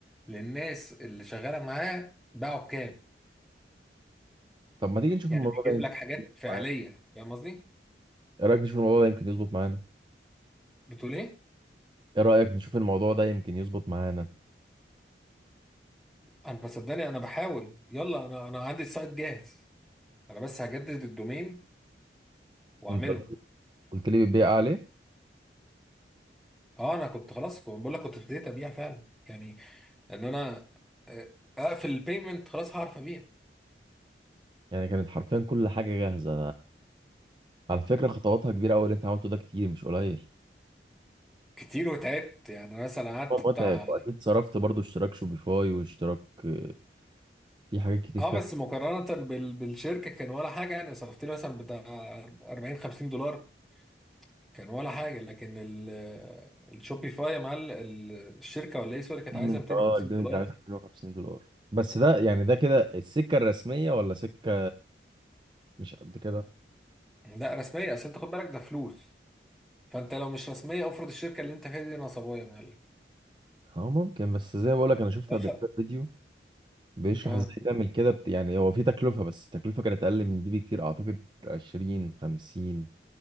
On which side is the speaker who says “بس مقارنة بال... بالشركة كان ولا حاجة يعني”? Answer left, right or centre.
Centre